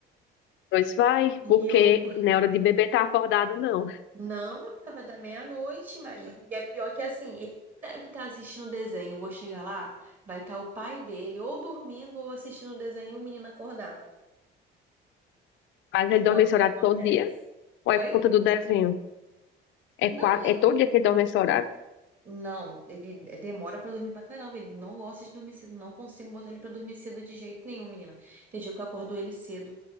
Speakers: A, on the left; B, on the right.
A: Pois vai,
B: E,
A: porque
B: e eu, por
A: não é hora de beber tá acordado, não.
B: Não, já vai dar meia-noite, mas... e é pior que assim, ele deve estar assistindo o desenho. Eu vou chegar lá, vai estar o pai dele ou dormindo ou assistindo o desenho e o menino acordado.
A: Mas
B: Que
A: ele dorme
B: é o
A: esse
B: que
A: horário
B: acontece.
A: todo dia, ou
B: Oi?
A: é por conta do desenho? É,
B: Não,
A: qua-
B: ele-
A: é todo dia que ele dorme esse horário?
B: não, ele demora pra dormir pra caramba. Ele não gosta de dormir cedo. Não consigo botar ele pra dormir cedo de jeito nenhum, menina. Tem dia que eu acordo ele cedo.